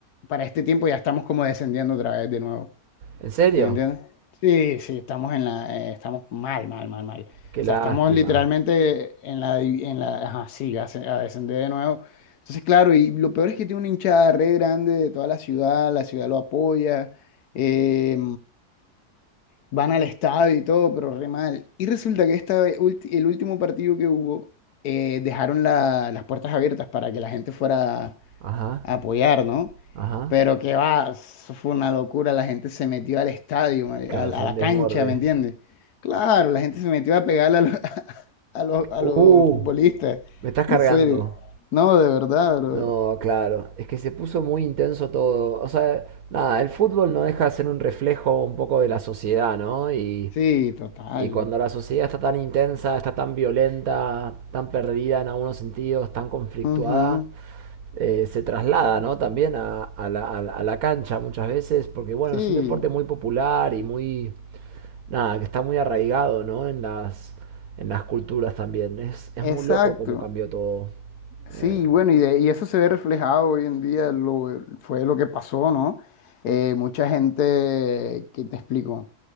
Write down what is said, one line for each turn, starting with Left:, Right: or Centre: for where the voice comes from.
Left: para este tiempo ya estamos como descendiendo otra vez de nuevo.
Right: ¿En serio?
Left: ¿Sí me entiendes? Sí, sí, estamos en la, eh, estamos mal, mal, mal, mal.
Right: Qué
Left: O
Right: lástima.
Left: sea, estamos literalmente en la, div- en la, ajá, sí, a, se- a descender de nuevo. Entonces, claro, y lo peor es que tiene una hinchada re grande de toda la ciudad, la ciudad lo apoya, eh, van al estadio y todo, pero re mal. Y resulta que esta, vez, ulti- el último partido que hubo, eh, dejaron la- las puertas abiertas para que la gente fuera
Right: Ajá,
Left: a apoyar, ¿no?
Right: ajá.
Left: Pero que va, eso fue una locura, la gente se metió al estadio, ma- a,
Right: Claro,
Left: la
Right: fue
Left: a la
Right: un desborde.
Left: cancha, ¿me entiendes? Claro, la gente se metió a pegarle a los, <laughs> a los, a
Right: Uh,
Left: los futbolistas,
Right: me estás
Left: en
Right: cargando.
Left: serio. No, de verdad, brother.
Right: No, claro, es que se puso muy intenso todo. O sea, nada, el fútbol no deja de ser un reflejo un poco de la sociedad, ¿no? Y
Left: Sí, total.
Right: Y cuando la sociedad está tan intensa, está tan violenta, tan perdida en algunos sentidos, tan conflictuada,
Left: Ujú,
Right: eh, se traslada ¿no? también a, a la, a la- cancha muchas veces, porque bueno,
Left: Sí,
Right: es un deporte muy popular y muy, nada, que está muy arraigado ¿no? en las, en las culturas también. Es, es
Left: exacto.
Right: muy loco cómo cambió todo.
Left: Sí,
Right: Eh,
Left: bueno, y, de- y eso se ve reflejado hoy en día, lo, eh, fue lo que pasó, ¿no? Eh, mucha gente, ¿qué te explico?